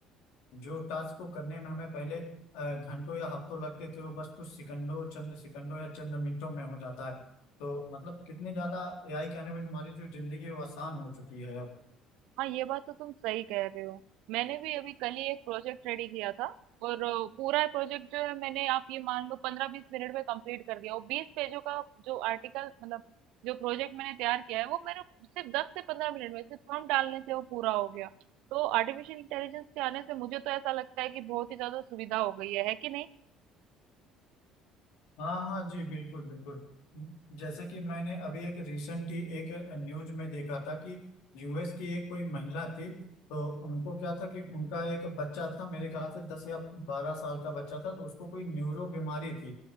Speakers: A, on the left; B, on the right.
A: जो टास्क को करने में हमें पहले अ, घंटों या हफ्तों लगते थे वो बस कुछ सेकंडों चंद सेकंडों या चंद मिनटों में हो जाता है तो मतलब कितने ज्यादा एआई के आने में हमारी जो जिंदगी है वो आसान हो चुकी है अब
B: हाँ ये बात तो तुम सही कह रहे हो मैंने भी अभी कल ही एक प्रोजेक्ट रेडी किया था और अ, पूरा प्रोजेक्ट जो है मैंने आप ये मान लो पंद्रह बीस मिनट में कंप्लीट कर दिया और बीस पेजों का जो आर्टिकल मतलब जो प्रोजेक्ट मैंने तैयार किया है वो मेरे सिर्फ दस से पंद्रह मिनट में सिर्फ फॉर्म डालने से वो पूरा हो गया तो आर्टिफिशियल इंटेलिजेंस के आने से मुझे तो ऐसा लगता है कि बहुत ही ज्यादा सुविधा हो गई है है कि नहीं
A: हाँ हाँ जी बिल्कुल बिल्कुल जैसे कि मैंने अभी एक रिसेंट ही एक न्यूज में देखा था कि यूएस की एक कोई महिला थी तो उनको क्या था कि उनका एक बच्चा था मेरे ख्याल से दस या बारह साल का बच्चा था तो उसको कोई न्यूरो बीमारी थी